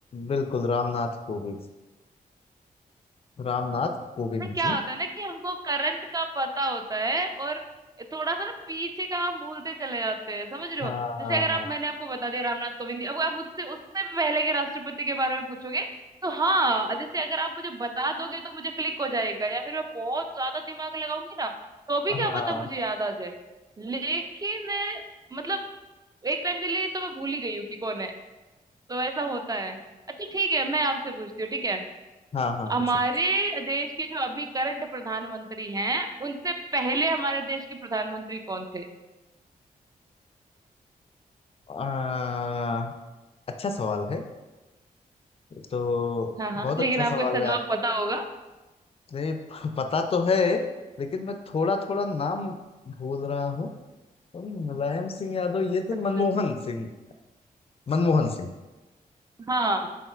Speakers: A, on the left; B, on the right.
A: बिल्कुल रामनाथ कोविंद रामनाथ कोविंद
B: पर क्या
A: जी
B: होता है ना कि हमको करंट का पता होता है और थोड़ा सा ना पीछे का हम भूलते चले जाते हैं समझ रहे
A: हाँ
B: हो जैसे अगर आप मैंने आपको बता दिया रामनाथ कोविंद जी, अब आप मुझसे उससे भी पहले के राष्ट्रपति के बारे में पूछोगे तो हाँ जैसे अगर आप मुझे बता दोगे तो मुझे क्लिक हो जाएगा या फिर मैं बहुत ज्यादा दिमाग लगाऊंगी ना तो भी क्या
A: हाँ
B: पता मुझे याद आ जाए लेकिन अ, मतलब एक टाइम के लिए तो मैं भूल ही गई हूँ कि कौन है तो ऐसा होता है अच्छा ठीक है मैं आपसे पूछती हूँ ठीक है
A: हाँ हाँ
B: हमारे
A: पूछो
B: देश के जो अभी करंट प्रधानमंत्री हैं उनसे पहले हमारे देश के प्रधानमंत्री कौन थे
A: आ, अच्छा सवाल है तो
B: हाँ हाँ
A: बहुत
B: लेकिन
A: अच्छा
B: आपको
A: सवाल
B: इसका जवाब
A: है
B: पता होगा
A: आपने <laughs> पता तो है लेकिन मैं थोड़ा थोड़ा नाम भूल रहा हूँ अम, मुलायम सिंह यादव ये थे
B: अच्छा
A: मनमोहन
B: अच्छा
A: सिंह मनमोहन सिंह
B: हाँ